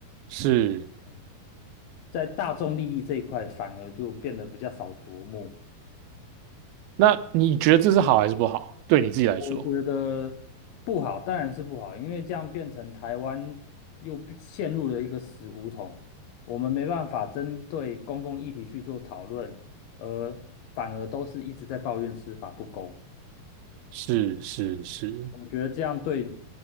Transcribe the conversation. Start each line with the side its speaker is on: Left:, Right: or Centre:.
Right: 是。
Left: 嗯在大众利益这一块反而就变得比较少琢磨。
Right: 那你觉得这是好还是不好？对你自己来说，
Left: 我觉得不好，当然是不好，因为这样变成台湾又变陷入了一个死胡同，我们没办法针对公共议题去做讨论，而反而都是一直在抱怨司法不公。
Right: 是是是
Left: 我觉得这样对